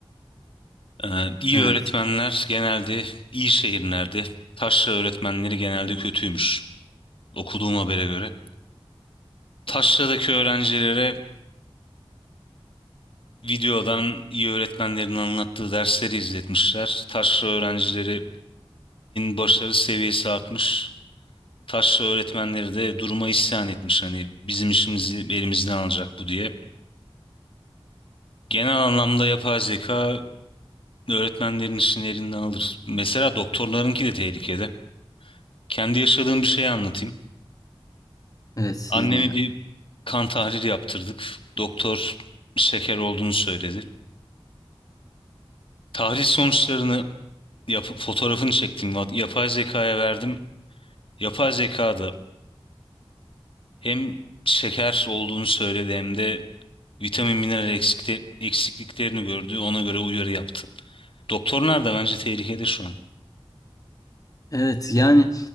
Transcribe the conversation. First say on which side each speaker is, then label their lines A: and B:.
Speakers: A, on the left (about 60°); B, on the left (about 35°).
A: Ee, iyi
B: Evet.
A: öğretmenler genelde iyi şehirlerde, taşra öğretmenleri genelde kötüymüş okuduğum habere göre. Taşra'daki öğrencilere videodan iyi öğretmenlerin anlattığı dersleri izletmişler. Taşra öğrencilerinin başarı seviyesi artmış. Taşra öğretmenleri de duruma isyan etmiş. Hani bizim işimizi elimizden alacak bu diye. Genel anlamda yapay zeka öğretmenlerin işini elinden alır. Mesela doktorlarınki de tehlikede. Kendi yaşadığım bir şeyi anlatayım.
B: Evet sizi
A: Annemi
B: dinliyorum.
A: bir kan tahlili yaptırdık. Doktor şeker olduğunu söyledi. Tahlil sonuçlarını yapıp fotoğrafını çektim. Yapay zekaya verdim. Yapay zeka da hem şeker olduğunu söyledi hem de vitamin mineral eksikte- eksikliklerini gördü. Ona göre uyarı yaptı. Doktorlar da bence tehlikede şu an.
B: Evet yani